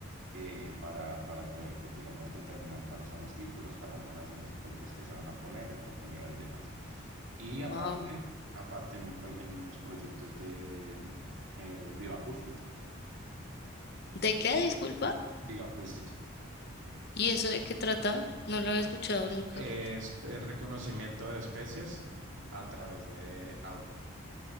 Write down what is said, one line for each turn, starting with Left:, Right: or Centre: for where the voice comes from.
Right: eh, para, para poder, pues, digamos, determinar cuáles son los títulos, cuáles van a ser los productos que se van a poner, el contenido y demás. Y
Left: Wow.
Right: aparte, aparte en, un pro- en unos proyectos de eh, bioacústica.
Left: ¿De qué, disculpa?
Right: Bioacústica.
Left: ¿Y eso de qué trata? No lo había escuchado nunca.
Right: Es el reconocimiento de especies a través de audio.